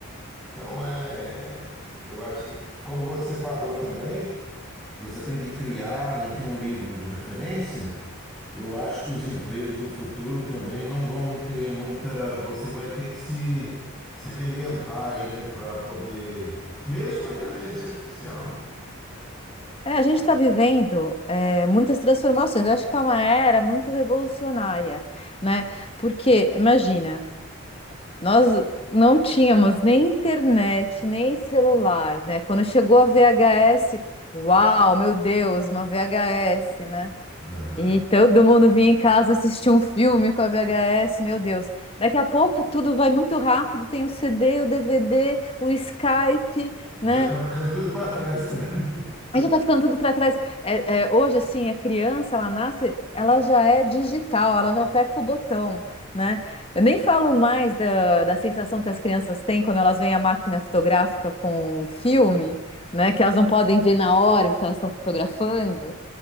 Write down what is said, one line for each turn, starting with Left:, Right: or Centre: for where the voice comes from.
Centre: Então é. Eu acho que, como você falou também. Você tem que criar, não tem um livro de referência. Eu acho que os empregos do futuro também não vão ter muita. Você vai ter que se, se reinventar aí, né, para poder. Mesmo com a inteligência artificial, né?
Left: É, a gente está vivendo é, muitas transformações. Eu acho que é uma era muito revolucionária, né? Porque, imagina. Nós não tínhamos nem internet, nem celular, né? Quando chegou a VHS, uau, meu Deus, uma VHS, né?
Centre: Aham.
Left: E todo mundo vinha em casa assistir um filme com a VHS, meu Deus. Daqui a pouco tudo vai muito rápido, tem o CD, o DVD, o Skype, né?
Centre: E já está ficando tudo para trás também, né? <laughs>
Left: Aí já tá ficando tudo para trás. É, é, hoje, assim, a criança, ela nasce, ela já é digital, ela já aperta o botão, né? Eu nem falo mais da, da sensação que as crianças têm quando elas veem a máquina fotográfica com um filme, né? Que elas não podem ver na hora o que elas estão fotografando,